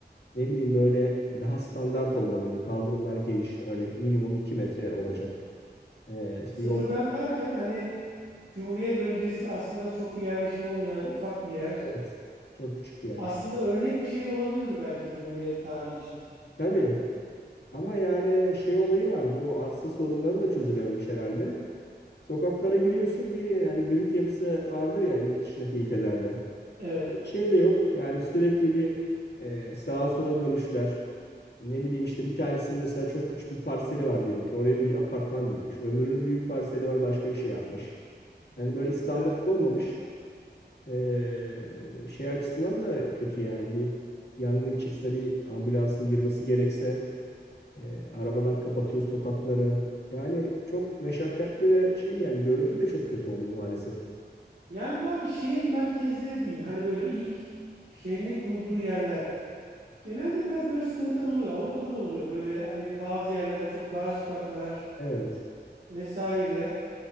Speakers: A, on the left; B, on the right.
A: Ne bileyim böyle daha standart olmalıydı. Kaldırımlar geniş, örnek minimum 2 metre olacak. Ee, işte
B: Sıfırdan
A: yolda
B: derken hani Cumhuriyet öncesi aslında çok bir yerleşim olmayan ufak bir yer.
A: evet çok küçük bir yermiş.
B: Aslında örnek bir şehir olabilirdi belki Cumhuriyet tarihi için.
A: Tabii ama yani şey olayı var. Bu arsa sorunları da çözülememiş herhalde. Sokaklara giriyorsun bir yani grid yapısı vardır ya yurt dışındaki ülkelerde.
B: Evet,
A: Şey de yok. Yani sürekli bir e, sağa sola dönüşler. Ne bileyim işte bir tanesinin mesela çok küçük bir parseli var diyelim ki oraya bir apartman dikmiş. Öbürünün büyük parseli var başka bir şey yapmış. Hani böyle standart
B: evet.
A: olmamış. Ee, şey açısından da kötü yani bir yangın çıksa bir ambulansın girmesi gerekse e, arabalar kapatıyor sokakları. Yani çok meşakkatli ve şey yani görüntü de çok kötü oluyor maalesef.
B: Yani bu abi şehir merkezleri diyeyim. Hani böyle ilk şehrini kurulduğu yerler. Genelde biraz böyle sıkıntılar oluyor. Avrupa'da da oluyor. Böyle hani bazı yerlerde çok dar sokaklar
A: Evet,
B: vesaire.